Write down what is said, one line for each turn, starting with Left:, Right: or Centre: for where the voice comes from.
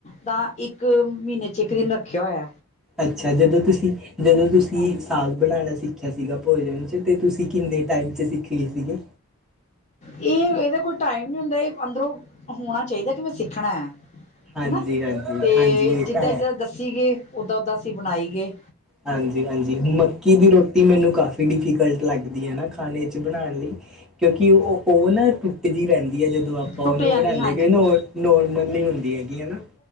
Left: ਤਾਂ ਇੱ ਕ ਮਿਨੇ ਚ ਏਕ ਦਿਨ ਰੱਖੇਆ ਹੋਐ
Centre: ਅੱਛਾ, ਜਦੋਂ ਤੁਸੀਂ, ਜਦੋਂ ਤੁਸੀਂ
Left: ਹਾਂਜੀ
Centre: ਸਾਗ ਬਣਾਣਾ ਸੀ ਸਿੱਖਿਆ ਸੀਗਾ ਭੋਜਨ ਚ ਤੇ, ਤੁਸੀਂ ਕਿੰਨੇ ਟੈਮ ਚ ਸਿੱਖ ਗਏ ਸੀਗੇ
Left: ਏ ਏਦਾ ਕੋਈ ਟਾਈਮ ਨੀ ਹੁੰਦਾ, ਏ ਅੰਦਰੋਂ ਹੋਣਾ ਚਾਈਦਾ ਕਿ ਮੈਂ ਸਿੱਖਣੈ
Centre: ਹਾਂਜੀ
Left: ਹਨਾ,
Centre: ਹਾਂਜੀ
Left: ਤੇ
Centre: ਹਾਂਜੀ ਇਹ
Left: ਜਿੱਦਾਂ
Centre: ਤਾਂ ਹੈ
Left: ਜ ਦੱਸੀ ਗੇ ਓਦਾਂ-ਓਦਾਂ ਅਸੀਂ ਬਣਾਈ ਗੇ
Centre: ਹਾਂਜੀ-ਹਾਂਜੀ, ਮੱਕੀ ਦੀ ਰੋ ਤੀ, ਮੈਨੂੰ ਕਾਫੀ ਡਿਫੀਕਲਟ ਲੱਗਦੀ ੲੈ ਨਾ, ਖਾਣੇ ਚ ਬਣਾਣ ਲਈ। ਕਿਉਂਕਿ ਓ, ਓਨਾ ਟੁੱਟਦੀ ਰੈੰਦੀ ੲੈ ਜ ਦੋਂ ਅਪਾ
Left: ਟੁੱਟ
Centre: ਓਨੂੰ
Left: ਜਾਂਦੀ
Centre: ਬਣਾਦੇ
Left: ਹਾਂਜੀ
Centre: ਹੈਗੇ ਨੋ ਨੋਰਮਲ ਨੀਲ ਹੁੰਦੀ ਹੈਗੀ ਹਨਾ